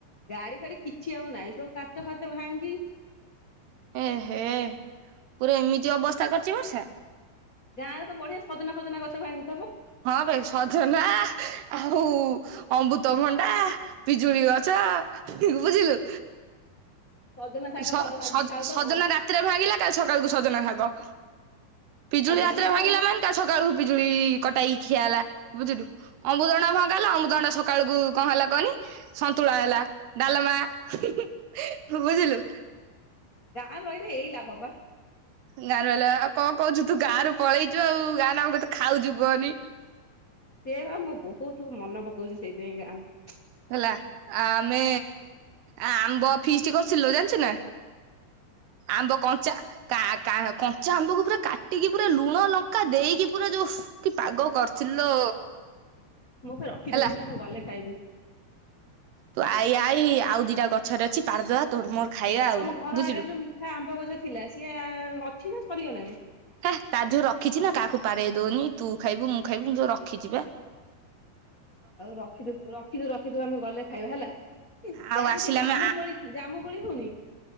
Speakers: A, on the left; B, on the right.
A: ଗାଡି ଫାଡି କିଛି ଆଉ ନାହିଁ ସବୁ କାଚ ଫାଚ ଭାଙ୍ଗି
B: ଏ ହେ ପୁରା ଏମିତି ଅବସ୍ଥା କରିଚି ବର୍ଷା।
A: ଗାଁରେ ତ ବଢିଆ ସଜନା ଫଜନା ଗଛ ଭାଙ୍ଗୁ
B: ହଁ ବେ ସଜନା ଆ ଆଉ ଅମୃତଭଣ୍ଡା ପିଜୁଳି ଗଛ ବୁଝିଲୁ।
A: ସଜନା ଶାଗ
B: ସ-
A: ଭଲ ଭାଜି
B: ସ-ସଜ
A: ଖାଉଥିବ
B: ସଜନା ରାତିରେ ଭାଙ୍ଗିଲା କାଲି ସକାଳ କୁ ସଜନା ଭାଗ। ପିଜୁଳି
A: ଆଉ ବଢିଆ
B: ରାତିରେ ଭାଙ୍ଗିଲା
A: ଆଉ
B: ମାନେ ତା ସକା ସକାଳୁ ପିଜୁଳି କଟାଇକି ଖିଆ ହେଲା ବୁଝିଲୁ ଅମୃତଭଣ୍ଡା ଭଙ୍ଗା ହେଲା ଅମୃତଭଣ୍ଡା ସକାଳୁ କୁ କଣ ହେଲା କହନି। ସନ୍ତୁଳା ହେଲା ଡାଲମା ହୁଁ ହୁଁ ବୁଝିଲୁ।
A: ଗାଁ ରେ ରହିଲେ ଏଇ ଲାଭ ବା।
B: ଗାଁରେ ରହିଲେ ଆଉ କଅଁ କହୁଚୁ ତୁ ଗାଁରୁ ପଳେଇଚୁ ଆଉ ଗାଁ ରେ ଆମେ କେତେ ଖାଉଚୁ କଅନି।
A: ସେ ବା ମୁଁ ବହୁତୁ ମନେ ପକଉଚି ସେଇତି ପାଇଁ ଗାଁକୁ।
B: ହେଲା ଆ-ଆମେ ଆମ୍ବ ଫିଷ୍ଟ୍ କରିଥିଲୁ ଜାଣିଚୁ ନା। ଆମ୍ବ କଞ୍ଚା କା-କା-କ କଞ୍ଚା ଆମ୍ବକୁ ପୁରା କା ଟିକି ପୁରା ଲୁଣ ଲଙ୍କା ଦେଇକି ପୁରା ଯୋଉ ଉସ୍ କି ପାଗ କରିଥିଲ ଲୋ
A: ମୋ ପାଇଁ ରଖିଥିବୁ
B: ହେଲା।
A: ମୁଁ ଗଲେ ଖାଇବି।
B: ତୁ ଆଇ ଆଇ ଆଉ ଦିଟା ଗଛରେ ଅଛି ପାରି ଦବା ତୋର ମୋର ଖାଇବା ଆଉ
A: ତମ ଘର
B: ବୁଝିଲୁ।
A: ଆଗରେ ଯୋଉ ମିଠା ଆମ୍ବ ଗଛ ଥିଲା ସିଏ ଏ ଅଛି ନା ସରିଗଲାଣି।
B: ହେଁ ତା ଧିଅରୁ ରଖିଚି ନା କାହାକୁ ପାରେଇ ଦଉନି ତୁ ଖାଇବୁ ମୁଁ ଖାଇବି ମୁଁ ସବୁ ରଖିଛି ପା।
A: ଆଉ ରଖିଦେ ରଖିଦେ ରଖିଦେ ଆମେ ଗଲେ ଖାଇବା ହେଲା
B: ଆଉ
A: ଗାଁରେ
B: ଆସିଲେ
A: ଯୋଉ ଜାମୁ
B: ଆମେ ଆ
A: କୋଳି ଜାମୁ କୋଳି ହୁଏ ନି।